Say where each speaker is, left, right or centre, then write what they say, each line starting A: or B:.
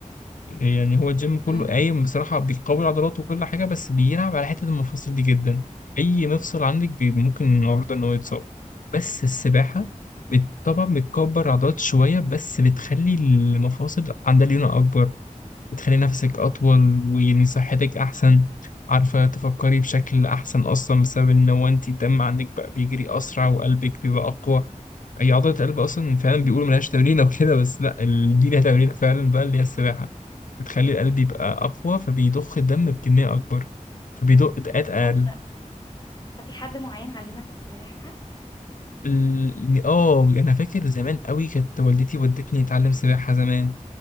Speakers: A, on the left; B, on the left.
A: يعني هو الجيم كله
B: امم
A: قايم بصراحة بيقوي عضلاته وكل حاجة بس بيلعب على حتة المفاصل دي جدا أي مفصل عندك بي- ممكن النهاردة إن هو يتصاب بس السباحة بت- طبعا بتكبر عضلات شوية بس بتخلي المفاصل عندها ليونة أكبر بتخلي نفسك أطول ويعني صحتك أحسن عارفة تفكري بشكل أحسن أصلا بسبب إن هو أنت الدم عندك بقى بيجري أسرع وقلبك بيبقى أقوى هي عضلة القلب أصلا فعلا بيقولوا ملهاش تمرين أو كده بس لأ ال- دي لها تمرين فعلا بقى اللي هي السباحة بتخلي القلب يبقى أقوى فبيضخ الدم بكمية أكبر فبيدق دقات أقل
B: هو انت انت في حد معين علمك السباحة
A: ال- آه أنا فاكر زمان قوي كانت والدتي ودتني أتعلم سباحة زمان